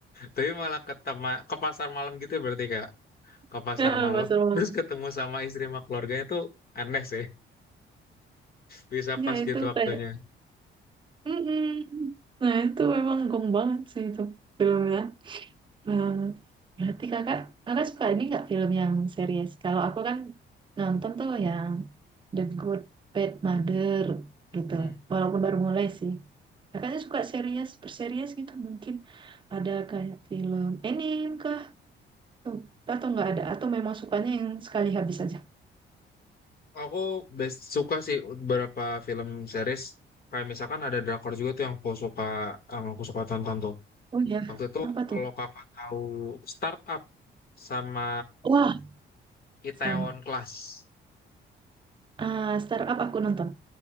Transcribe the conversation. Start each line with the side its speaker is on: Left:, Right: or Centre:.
Left: tapi malah ke tema- ke pasar malam gitu berarti kak,
Right: <laughs>
Left: ke pasar
Right: Heeh,
Left: malam,
Right: Pasar Malam.
Left: terus ketemu sama istri sama keluarganya tuh aneh sih, bisa
Right: Ya
Left: pas
Right: itu
Left: gitu waktunya.
Right: kayak, mm-mm. Nah itu memang gong banget sih itu filmnya. Nah, berarti kakak, kakak suka ini nggak film yang series? Kalau aku kan nonton tuh yang The Good Bad Mother gitu.
Left: Hmm.
Right: Walaupun baru mulai sih. Kakaknya suka series, berseries gitu mungkin. Ada kayak film anime ke tuh atau nggak ada atau memang sukanya yang sekali habis aja
Left: Aku best suka sih beberapa film series kayak misalkan ada drakor juga tuh yang aku suka yang aku suka tonton tuh.
Right: oh ya
Left: Waktu itu
Right: apa tuh
Left: kalau kakak tahu Startup sama
Right: Wah,
Left: Itaewon
Right: sama
Left: Class.
Right: ah startup aku nonton